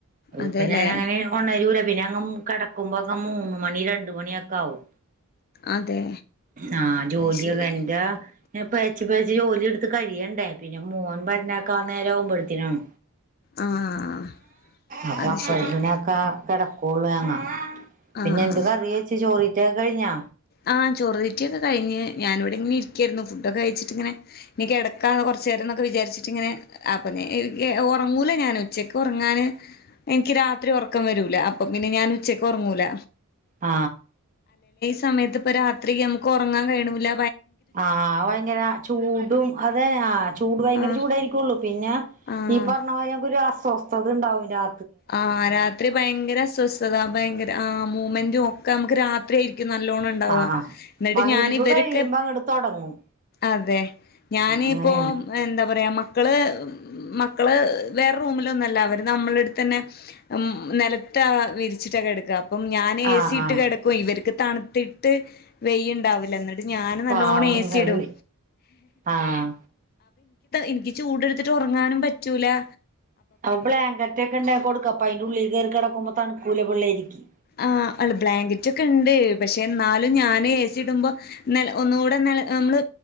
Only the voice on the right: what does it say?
ഇപ്പൊ ഞാനങ്ങനെ ഒണരുല്ലാ പിന്നെ അങ്ങ് കിടക്കുമ്പോക്കു മുന്ന് മണി രണ്ട് മണിക്കെ ആവും
ആ ജോലിയൊ
എന്റെ പ്പ ജോലി എടുത്ത് കഴിയണ്ടേ പിന്നെ മോൻ വേരാണക്കാ നേരവുമ്പോഴുത്തേക്കാണ്
അപ്പൊ
അപ്പോഴത്തെന്ന
കിടക്കുള്ളു ഞങ്ങ
പിന്നെ എന്ത് കറി വെച്ച് ചോറ് തീറ്റായൊക്കെ കഴിഞ്ഞാ
ആ
ആ ഭയങ്കര ചൂടും അതെ ആ ചൂട് ഭയങ്കര
ചൂടായിരിക്കള്ളൂ പിന്നെ
ഈ പറഞ്ഞ മാരി ഒരു അസ്വസ്ഥത ഉണ്ടാവും രാ
ആഹ് ആഹ്
മഹരിബ്
കഴിയുമ്പോ അങ്ങട് തുടങ്ങും
ആഹ് അങ്ങനെയാണ്
ആഹ്
ആഹ്
പാവങ്ങള്
ആഹ്
അപ്പൊ ബ്ലാക്കറ്റ് ഒക്കെ ഉണ്ടേ കൊടുക്കു അപ്പൊ അയിന്റെള്ളിൽ കെയറി കിടക്കുമ്പോ തണൂകുലാപിള്ളാരിക്ക്‌